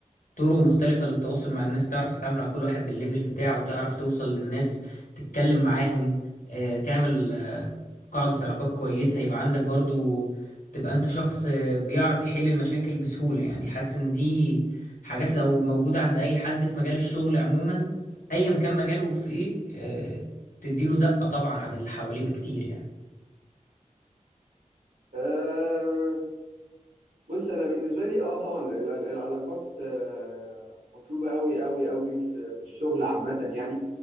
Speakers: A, on the left; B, on the right.
A: طرق مختلفة للتواصل مع الناس تعرف تتعامل مع كل واحد بالليفل بتاعه تعرف توصل للناس تتكلم معاهم آه، تعمل آه، قاعدة علاقات كويسة يبقى عندك برضو تبقى انت شخص آه، بيعرف يحل المشاكل بسهولة يعني حاسس ان دي حاجات لو موجودة عند اي حد في مجال الشغل عموما ايا كان مجاله في ايه آه، تديله زقة طبعا عن اللي حواليه بكتير يعني
B: آه بص انا بالنسبة لي اه طبعا ال- ال- العلاقات آه مطلوبة قوي قوي قوي في في الشغل عامة يعني